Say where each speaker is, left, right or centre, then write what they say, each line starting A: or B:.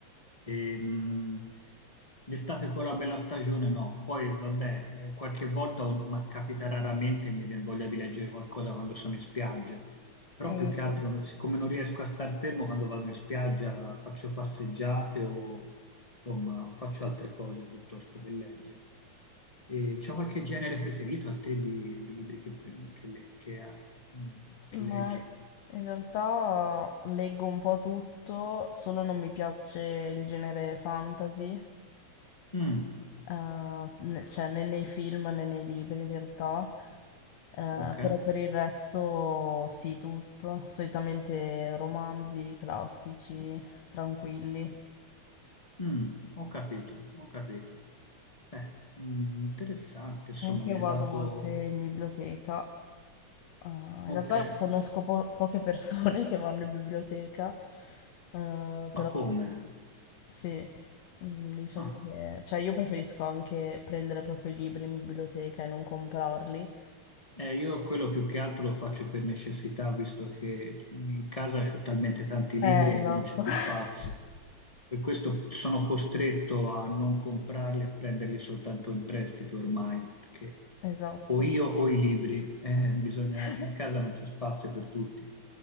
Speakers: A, on the left (about 20°); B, on the left (about 65°).
A: E, mh, d'estate con la bella stagione no, poi vabbè, eh, qualche volta, o- ma capita raramente, mi viene voglia di leggere qualcosa quando sono in spiaggia, però
B: Mm,
A: più che
B: sì.
A: altro, siccome non riesco a star fermo quando vado in spiaggia, faccio passeggiate o insomma faccio altre cose piuttosto che leggere. E c'è qualche genere preferito a te di, di libri che, che le- che ha- mm, che
B: Ma
A: leggi?
B: in realtà leggo un po' tutto, solo non mi piace il genere fantasy,
A: Mm,
B: eh, s- ne- cioè né nei film né nei libri in realtà, Eh,
A: ok,
B: però per il resto sì, tutto, solitamente romanzi classici, tranquilli.
A: Mm, ho capito, ho capito. Eh, mm, interessante, insomma,
B: Anche
A: mi
B: io
A: hai
B: vado
A: dato...
B: a volte in biblioteca, eh, in
A: Ok,
B: realtà conosco po- poche persone <laughs> che vanno in biblioteca, eh, però
A: ma come?
B: sì. Sì. Mm, Diciamo
A: Ah.
B: che, cioè io preferisco anche prendere proprio i libri in biblioteca e non comprarli.
A: Eh, io quello più che altro lo faccio per necessità, visto che in casa ho talmente tanti libri
B: Eh, esatto.
A: che non c'è più
B: <laughs>
A: spazio. Per questo sono costretto a non comprarli, a prenderli soltanto in prestito ormai, perché
B: Esatto.
A: o io o i libri, eh, bisogna-
B: <laughs>
A: in casa non c'è spazio per tutti.